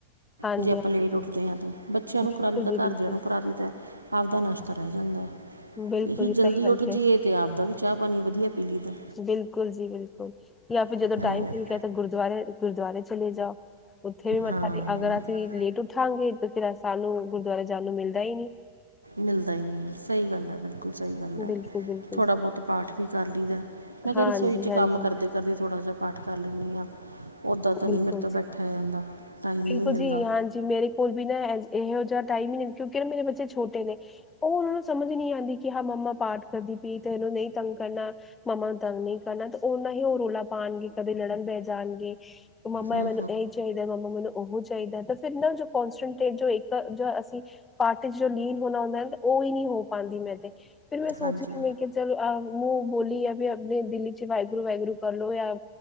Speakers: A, on the left; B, on the right.
A: ਹਾਂਜੀ
B: ਜੇ ਆਪਾਂ
A: ਹਾਂਜੀ ਹਾਂਜੀ
B: ਲੇਟ
A: ਹਾਂਜੀ
B: ਉੱਠਦੇ ਆਂ ਤੇ, ਬੱਚਿਆਂ
A: ਬਿਲਕੁਲ
B: ਨੂੰ ਕਰਾਦੀ ਦਾ,
A: ਜੀ
B: ਘਰਦਿਆਂ
A: ਬਿਲਕੁਲ
B: ਨੂੰ ਕਰਾਦੀ ਦਾ ਆਪਦਾ ਨਾਸ਼ਤਾ ਰਹਿ ਜਾਂਦਾ,
A: ਬਿਲਕੁਲ
B: ਇਹੀ
A: ਜੀ
B: ਜਲਦੀ
A: ਸਹੀ
B: ਉੱਠ
A: ਗੱਲ ਕਿਹਾ
B: ਜਾਈਏ ਤੇ ਆਪਦਾ ਵੀ ਚਾਹ ਪਾਣੀ ਵਧੀਆ ਪੀ ਲੀ ਦਾ ਐ।
A: ਬਿਲਕੁਲ ਜੀ ਬਿਲਕੁਲ, ਲੈ ਫਿਰ ਜਦੋਂ
B: ਲਈਦਾ
A: ਟਾਈਮ ਮਿਲ ਗਿਆ, ਤਾਂ ਗੁਰਦੁਆਰੇ ਗੁਰੂਦੁਆਰੇ ਚਲੇਂ ਜਾਓ, ਉੱਥੇ ਵੀ ਮੱਥਾ,
B: ਹਾਂ
A: ਅਗਰ ਅਸੀਂ ਲੇਟ ਉੱਠਾਂਗੇ, ਤਾਂ ਫਿਰ ਸਾਨੂੰ ਗੁਰਦੁਆਰੇ ਜਾਣ ਨੂੰ ਮਿਲਦਾ ਹੀ ਨਹੀਂ।
B: ਮਿਲਦਾ ਹੀ ਨਹੀਂ ਹੈ, ਸਹੀ ਗੱਲ ਹੈ, ਬਿਲਕੁਲ ਸਹੀ ਗੱਲ ਹੈ,
A: ਬਿਲਕੁਲ-ਬਿਲਕੁਲ
B: ਥੋੜ੍ਹਾ
A: ਜੀ,
B: ਬਹੁਤ ਪਾਠ ਵੀ ਕਰ ਲਈ ਦਾ ਐ। ਮੈਂ ਤਾਂ
A: ਹਾਂਜੀ-ਹਾਂਜੀ,
B: ਰਸੋਈ 'ਚ ਕੰਮ ਕਰਦੇ ਕਰਦੇ ਵੀ ਥੋੜ੍ਹਾ ਜਿਹਾ ਪਾਠ ਕਰ ਲੈਂਦੀ ਆਂ। ਉੱਦਾਂ ਤਾਂ
A: ਬਿਲਕੁਲ
B: ਨਹੀਂ ਮੇਰੇ ਤੋਂ ਬੈਠਿਆ
A: ਜੀ।
B: ਜਾਂਦਾ, ਟਾਈਮ ਹੀ
A: ਬਿਲਕੁਲ
B: ਨਹੀਂ ਮਿਲਦਾ
A: ਜੀ, ਹਾਂਜੀ ਮੇਰੇ ਕੋਲ ਵੀ ਨਾ ਇਹੋ ਜਿਹਾ ਟਾਈਮ ਈ ਨੀ, ਕਿਉਂਕਿ ਨਾ, ਮੇਰੇ ਬੱਚੇ ਛੋਟੇ ਨੇਂ ਉਹ ਉਹਨਾ ਨੂੰ ਸਮਝ ਨਹੀਂ ਆਉਂਦੀ, ਕਿ ਹਾਂ ਮੰਮਾ ਪਾਠ ਕਰਦੀ ਪੀ, ਤੇ ਇਹਨਾ ਨੂੰ ਨਹੀਂ ਤੰਗ ਕਰਨਾ। ਮਮਾਂ ਨੂੰ ਤੰਗ ਨਹੀਂ ਕਰਨਾ, ਤੇ ਉਹਨਾ ਹੀ ਉਹ ਰੌਲਾ ਪਾਉਣਗੇ, ਕਦੇ ਲੜਨ ਬੈ ਜਾਣਗੇ। ਮੰਮਾ
B: ਹਮ
A: ਮੈਨੂੰ ਇਹ ਹੀ ਚਾਹੀਦਾ ਹੈਂ, ਮੰਮਾ ਮੈਨੂੰ ਉਹ ਚਾਹੀਂਦਾ, ਤਾਂ ਫਿਰ ਨਾ ਕੋਨਸਨਟ੍ਰੇਟ, ਜੋ ਅਸੀਂ ਪਾਠ ਇਚ, ਜੋ ਲੀਨ ਹੋਣਾ ਹੁੰਦਾ ਔ ਉਹੀ ਨਹੀਂ ਹੋ ਪਾਉਂਦੀ ਮੈਂ ਤੇ, ਫਿਰ ਮੈਂ ਸੋਚਣੀ,
B: ਹਾਂਜੀ
A: ਮੈਂ ਕਿਹਾ ਚੱਲ ਮੁੰਹੋਂ ਬੋਲੀ ਏ, ਆਪਣੇ ਦਿਲ ਚ ਵਾਹਿਗੁਰੂ ਵਾਹਿਗੁਰੂ ਕਰ ਲਓ, ਯਾ